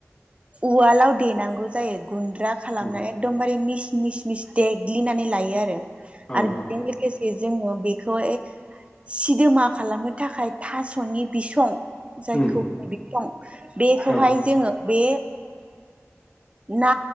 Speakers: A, on the right; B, on the left.
A: उवालाव देनांगौ जायो। गुन्द्रा खालामना
B: उम
A: एकदमबारे मिस मिस मिस देग्लिनानै लायो आरो
B: औ
A: आरो
B: औ
A: बे <unintelligible> जोंओ बेखौ सिदोमा खालामनो थाखाय थास'नि बिसं जायखौ
B: उम
A: बिसं बेखौहाय
B: औ
A: जोङो बे ना